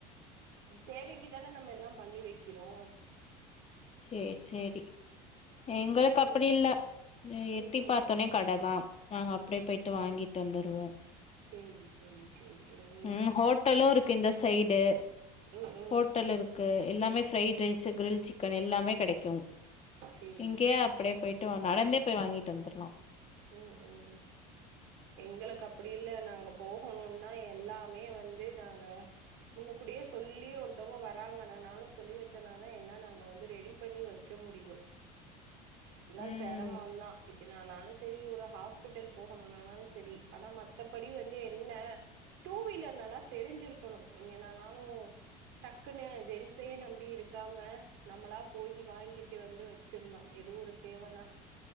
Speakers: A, on the right; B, on the left.
A: தேவைக்கிதான நம்ம எல்லா பண்ணி வக்கிறோ
B: ச்சேட் சேரி எங்களுக்
A: சேரி
B: அப்டி இல்ல எ எட்டி
A: ம் ம்
B: பாத்தோனே கட தா நாங்க அப்டே போய்ட்டு வாங்கிட் வந்துருவோ
A: சேரிஸ் தெரி சேரி உம்
B: உம் ஹோட்டலு இருக்கு இந்த சைடு
A: ம் ம்
B: ஹோட்டல் இருக்கு எல்லாமே ஃப்ரைட் ரைஸு க்ரில் சிக்கன் எல்லாமே கிடைக்கு
A: சேரி
B: இங்கேயே
A: சேரி
B: அப்படே போய்ட்டோ நடந்தே போய் வாங்கிட்டு வந்துர்லா
A: ம் ம் எங்களுக் அப்டி இல்ல நாங்க போஹணுனா எல்லாமே வந்து நாங்க முன்ன கூடியே சொல்லி ஒருத்தவங்க வராங்கனா நாலு சொல்லி வச்சனாதா எல்லா நாங்க வந்து ரெடி பண்ணி வை க்க முடியு எல்லா
B: ம்
A: சேரம் நா இதினானாலு செரி ஒரு ஹாஸ்பிட்டல் போகணுனானாலு செரி ஆனா மத்தபடி வந்து என்ன டூ வீலர் நல்லா தெரிஞ்சிருக்கணு எங்கனனாலு டக்குன்னு ஜென்சே நம்பி இருக்காம நம்மளா போய் வாங்கிட்டு வந்து வச்சிர்லா எதோ ஒரு தேவனா